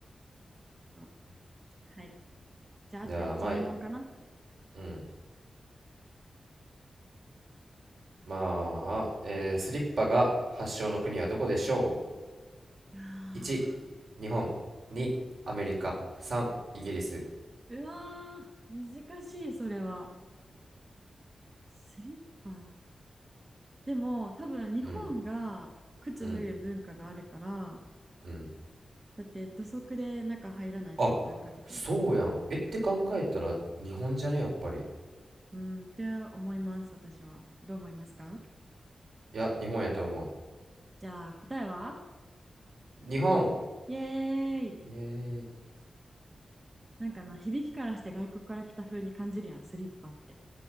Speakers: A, on the right; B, on the right.
A: あ、はい。じゃあ、
B: じゃあ、
A: あと1、
B: まあ、
A: 2問かな。ん
B: うん。まあ、えースリッパが発祥の国はどこでしょう
A: あ
B: 1日本2アメリカ3イギリス
A: ーうわー、難しい、それは。スリッパ。でも、多分日本が靴脱ぐ文化があるから、
B: うんうんうん
A: だって土足で中入らないじゃん、
B: あ
A: 文化的に。
B: そうやんえって考えたら日本じゃねやっぱり
A: うーん、って思います、私は。どう思いますか
B: いや日本やと思
A: じゃあ、答えは
B: う日本
A: イエーイ
B: イエーイ
A: なんかな、響きからして外国から来た風に感じるやん、スリッパって。